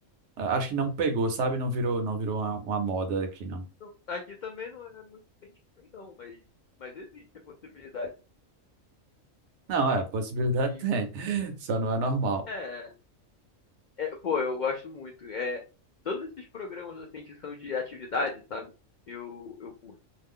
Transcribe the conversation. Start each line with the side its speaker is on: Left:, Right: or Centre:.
Right: Ah, Acho que não pegou, sabe? Não virou, não virou uma, uma moda aqui, não.
Left: não, aqui também não é muito bem feito, não, mas, mas existe a possibilidade.
Right: Não, é, possibilidade
Left: E
Right: <laughs> tem, só não é normal.
Left: é, é, pô, eu gosto muito. É, todos esses programas assim que são de atividade, sabe? Eu, eu curto.